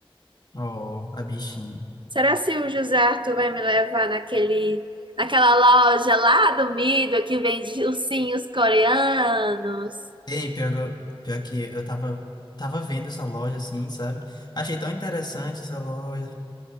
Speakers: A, on the left (about 45°); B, on the right (about 55°).
A: Oh, a bichinha.
B: Será se o José Arthur vai me levar naquele, naquela loja lá do Mido que vende ursinhos coreanos?
A: Ei, pior, pior que eu tava, tava vendo essa loja assim, sabe? Achei tão interessante essa loja.